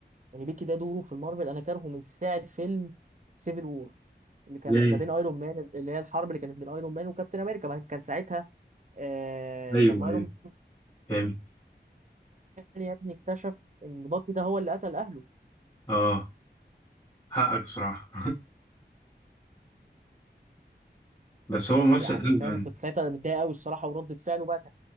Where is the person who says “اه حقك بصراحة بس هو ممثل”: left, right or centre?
Left